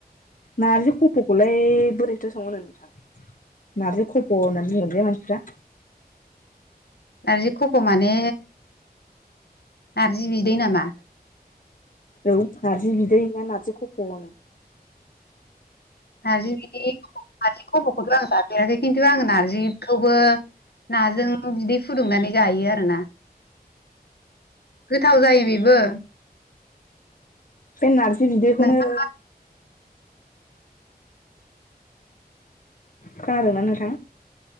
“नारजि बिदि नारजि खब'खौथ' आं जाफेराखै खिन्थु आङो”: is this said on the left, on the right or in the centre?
Left